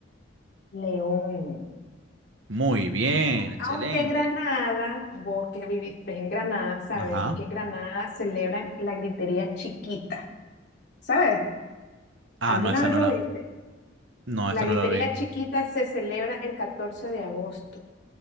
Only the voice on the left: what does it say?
León.
León.
Aunque Granada, vos que viviste en Granada, sabes
que en Granada celebran la gritería chiquita, ¿sabes?
¿Alguna
vez
lo
viste?
La
gritería
chiquita se celebra el 14 de agosto.